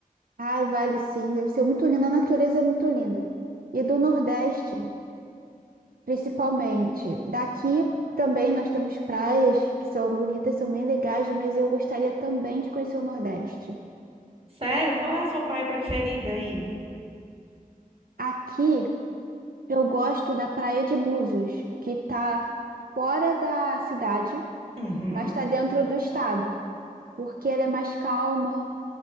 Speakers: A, on the right; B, on the right.
A: Ah, vale sim, deve ser muito linda, a natureza é muito linda. E do Nordeste. Principalmente. Daqui também nós temos praias que são bonitas, são bem legais, mas eu gostaria também de conhecer o Nordeste.
B: Sério? Qual é a sua praia preferida aí?
A: Aqui eu gosto da Praia de Búzios, que está fora da cidade,
B: Uhum.
A: mas está dentro do estado, porque ela é mais calma,